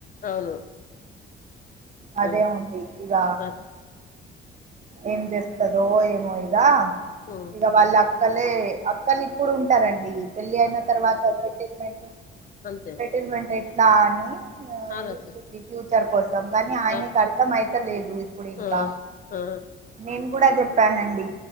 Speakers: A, on the left; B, on the right.
A: అవును
B: అదే
A: ఆ
B: ఉంది ఇక
A: ఆ
B: ఏం చేస్తదో ఏమో ఇగా
A: ఉ
B: ఇక వాళ్ళ అక్కలే అక్కలు ఇప్పుడు ఉంటారండి వెళ్ళి అయిన తర్వాత సెటిల్మెంట్
A: అంతే
B: సెటిల్మెంట్
A: మరి
B: ఎట్లా అని
A: ఆలోచిస్తా
B: చూస్తుంది ఫ్యూచర్ కోసం కానీ ఆయనకి
A: ఆ
B: అర్థం అయితలేదు ఇప్పుడు ఇంకా
A: ఆ ఆ
B: నేను కూడా చెప్పానండి